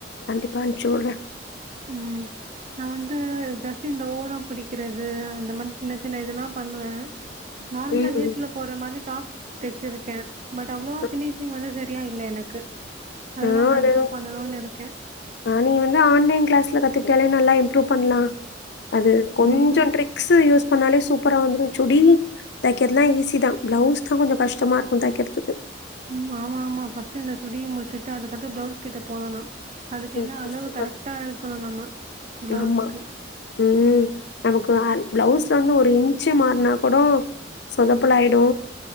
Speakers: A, on the left; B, on the right.
A: கண்டிப்பா அன்ச்சிஉட்ற
B: ம் நா வந்து ஜஸ்ட் இந்த ஓரம் பிடிக்கிறது அந்த மாதிரி சின்ன சின்ன இதெல்லாம் பண்ணுவ நார்மலா
A: ம்.
B: வீட்டுல போற மாதிரி டாப்ஸ் தெச்சிருக்கே பட் அவ்ளவா
A: அ
B: ஃபினிஷிங் வந்து சரியா இல்ல எனக்கு அதுதான்
A: ம்
B: நான்
A: அது
B: இம்ப்ரூவ் பண்ணணும்னு இருக்கேன்.
A: அ நீ வந்து ஆன்லைன் கிளாஸ்ல கத் துக்டாலே நல்லா இம்ரூவ் பண்லா அது கொஞ்சோ
B: ம்.
A: ட்ரிக்ஸ் யூஸ் பண்ணாலே சூப்பரா வந்துரு சுடி தக்கிறதுலா ஈஸிதா பிளவுஸ் தா கொஞ்சோ கஷ்டமா இருக்கு தைக்கிறதுக்கு
B: ம் ஆமா ஆமா ஃபஸ்ட் இந்த சுடி முடிச்சுட்டு அதுக்கத்து பிளவுஸ் கிட்ட போனு நா அதுக்கு
A: சூப்பர்
B: எல்லா அளவு
A: சூப்பர்
B: கரெக்டா எடுக்கனு நம்ம பிளவுஸ்க்கு
A: ஆமா ம் நமக்கு அ ப்ளவுஸ் து வந்து ஒரு இன்ச் மாருனா கூட சொதப்பலா ஆயிடு